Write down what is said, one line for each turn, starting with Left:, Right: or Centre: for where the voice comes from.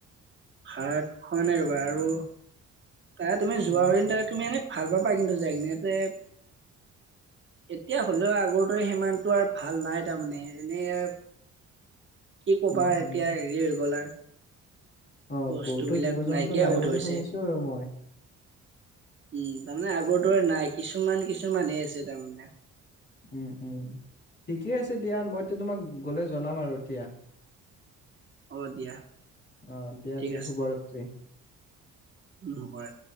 Right: ভাত খোৱা নাই ৰবা আৰু তাই তুমি
Left: উম
Right: যোৱা উদিন তাই তুমি এনে ভাল পাবা কিন্তু যায় কিনে ইয়াতে এতিয়া হ'লেও আগৰ দৰে সিমানতটো আৰু ভাল নাই। তাৰমানে এনেই ইয়াৰ কি ক'বা
Left: উম
Right: এতিয়া
Left: উম
Right: হেৰি হৈ গ'লা
Left: অ
Right: বস্তুবিলাক
Left: বহুতো জীৱ জন্তু
Right: নাইকিয়া
Left: নাই
Right: হ'ব
Left: বুলি
Right: ধৰিছে।
Left: শুনিছো আৰু মই
Right: উম, তাৰমানে আগৰ দৰে নাই, কিছুমান কিছুমানহে আছে তাৰমানে
Left: উম, উম, ঠিকেই আছে দিয়া। মইটো এতিয়া তোমাক গ'লে জনাম আৰু এতিয়া।
Right: অ', দিয়া
Left: অ' দিয়া
Right: ঠিক
Left: এতিয়া শুভৰাত্ৰী।
Right: মোবাইল